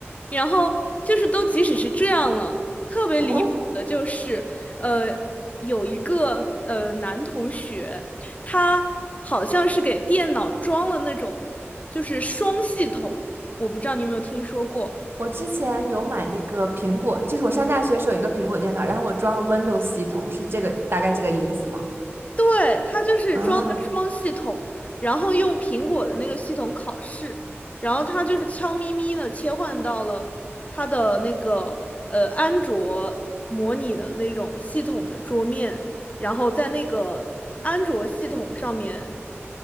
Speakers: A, on the left; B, on the right.
A: 然后就是都即使是这样了，特别离谱的就是，
B: 哦，
A: 呃，有一个呃男同学，他好像是给电脑装了那种就是双系统，我不知道你有没有听说过。
B: 我之前有买那个苹果，就是我上大学的时候有一个苹果电脑，然后我装了 Windows 系统，是这个大概这个意思吗？
A: 对，它就是装的双系统，
B: 啊。
A: 然后用苹果的那个系统考试，然后它就是悄咪咪的切换到了它的那个呃安卓模拟的那种系统的桌面，然后在那个安卓系统上面